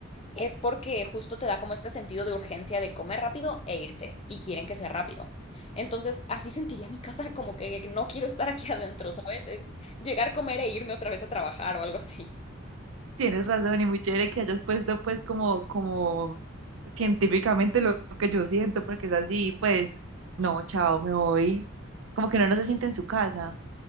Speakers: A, on the left (about 30°); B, on the right (about 75°).
A: es porque justo te da como este sentido de urgencia de comer rápido e irte, y quieren que sea rápido. Entonces, así sentiría mi casa, como que no quiero estar aquí adentro, ¿sabes? Es llegar, comer e irme otra vez a trabajar o algo así.
B: Tienes razón y muy chévere que hayas puesto pues como, como científicamente lo que yo siento, porque es así, pues, no, chao, me voy. Como que uno no se siente en su casa.